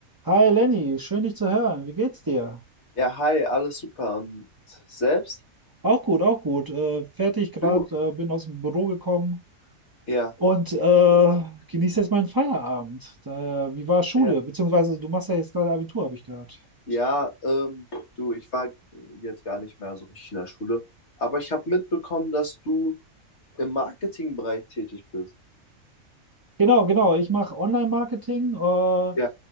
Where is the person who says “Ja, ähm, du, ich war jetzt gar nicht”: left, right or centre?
Left